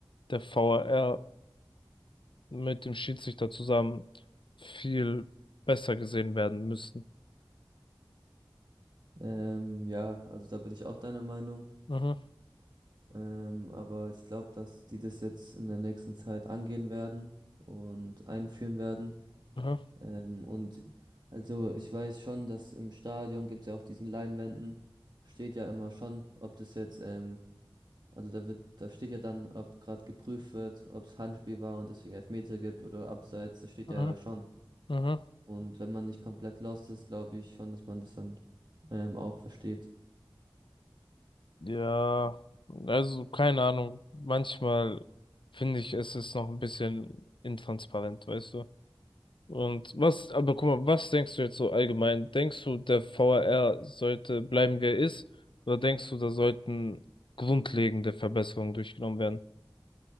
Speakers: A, on the left; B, on the right.
A: der V A R mit dem Schiedsrichter zusammen viel besser gesehen werden müssten.
B: Ähm, ja, also da bin ich auch deiner Meinung.
A: Mhm,
B: Ähm, aber ich glaube, dass die das jetzt in der nächsten Zeit angehen werden und einführen werden.
A: mhm,
B: Ähm, und also ich weiß schon, dass im Stadion gibt es ja auf diesen Leinwänden, steht ja immer schon, ob das jetzt, ähm, also da wird, da steht ja dann, ob gerade geprüft wird, ob es Handspiel war und deswegen Elfmeter gibt oder Abseits, das steht
A: mhm,
B: ja da schon.
A: mhm.
B: Und wenn man nicht komplett lost ist, glaube ich schon, dass man das dann ähm, auch versteht.
A: Ja, also keine Ahnung. Manchmal finde ich, es ist noch ein bisschen intransparent, weißt du? Und was, aber guck mal, was denkst du jetzt so allgemein? Denkst du, der VAR sollte bleiben, wie er ist? Oder denkst du, da sollten grundlegende Verbesserungen durchgenommen werden?